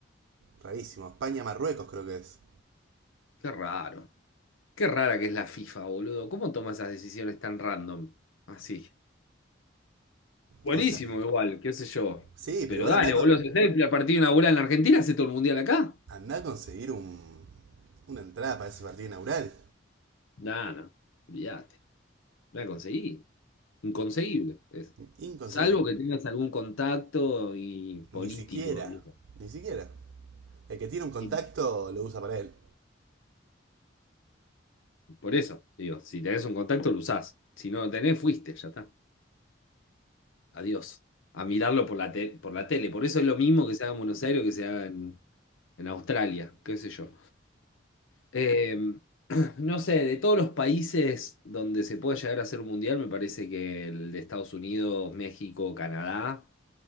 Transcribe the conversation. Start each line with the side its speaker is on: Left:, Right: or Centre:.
Right: rarísimo, España-Marruecos creo que es.
Left: Qué raro. Qué rara que es la FIFA, boludo. ¿Cómo toma esas decisiones tan random? Así. Buenísimo,
Right: O sea,
Left: igual, qué sé yo.
Right: sí,
Left: Pero
Right: pero igual
Left: dale,
Right: andá, a con-
Left: boludo. Si hace el partido inaugural en la Argentina, hace todo el mundial acá.
Right: andá a conseguir un, una entrada para ese partido inaugural.
Left: No, no. Olvídate. No la conseguí. Inconseguible es.
Right: Inconseguible.
Left: Salvo que tengas algún contacto y político.
Right: Ni siquiera,
Left: Y eso.
Right: ni siquiera. El que tiene un contacto
Left: Y
Right: lo usa para él.
Left: por eso, digo, si tenés un contacto, lo usás. Si no lo tenés, fuiste, ya está. Adiós. A mirarlo por la, te- por la tele. Por eso es lo mismo que se haga en Buenos Aires o que se haga en en Australia, qué sé yo. Eh, <clears throat> no sé, de todos los países donde se puede llegar a hacer un mundial, me parece que el de Estados Unidos, México, Canadá